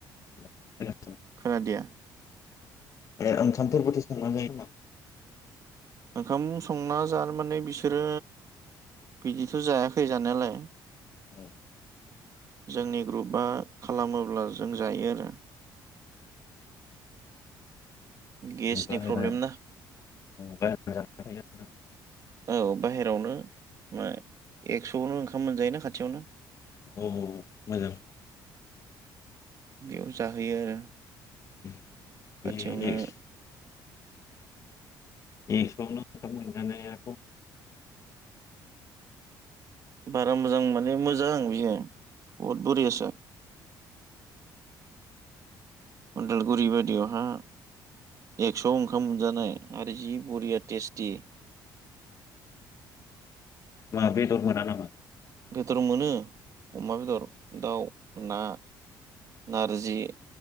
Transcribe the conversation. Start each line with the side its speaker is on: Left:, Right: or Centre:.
Left: <unintelligible>
Right: खोनादिया
Left: ए ओंखामफोरबोथ' सोंना जायो होनदां।
Right: ओंखाम संना जानो माने बिसोरो बिदिथ' जायाखै जानायालाय।
Left: औ
Right: जोंनि ग्रुपआ खालामोब्ला जों जायो आरो।
Left: <inaudible>
Right: गेसनि प्रब्लेम ना औ बाहेरायावनो मा एक्स'आवनो ओंखाम मोनजायोना खाथियावनो।
Left: औ मोजां।
Right: बेयाव जाहैयो आरो।
Left: <unintelligible>
Right: खाथियावनो
Left: एक्स'आवनो ओंखाम मोनजानाया‌।
Right: बारा मोजां माने मोजां बिहाय बहुद बरियासो। उदालगुरि बायदियावहा एक्स'आव ओंखाम मोनजानाय आरो जि बरिया टेस्टि।
Left: ना बेदर मोना नामा?
Right: बेदर मोनो अमा बेदर दाउ ना नारजि